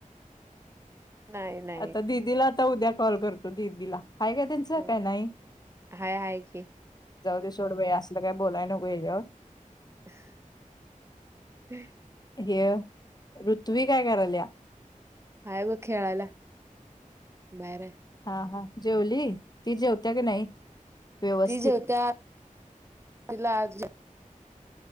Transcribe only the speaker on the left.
आता दिदीला. आता उद्या कॉल करतो दीदीला हाय का त्यांचं
काही नाही.
जाऊदे सोड बया असं काय बोलायला नकोय याच्यावर.
हे ऋत्वी काय करायल्या.
हा हा जेवली ती जेवत्या की नाही. व्यवस्थित